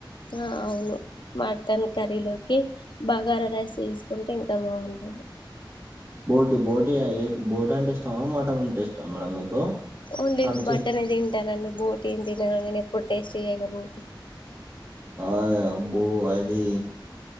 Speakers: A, on the left (about 70°); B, on the right (about 30°).
A: ఆ అవును మటన్ కర్రీలోకి బగార రైస్ చేసుకుంటే ఇంకా బాగుంటుది
B: బోటు బోటు బోటి అంటే ఇష్టామా మోటన్ అంటే ఇష్టమ మేడం మీకు
A: ఓన్లీ
B: కాలుచే
A: మట్టనే తింటానండి బోటీని తినాను నేను ఎప్పుడు టేస్ట్ చేయను బోటీ
B: ఆ బో అది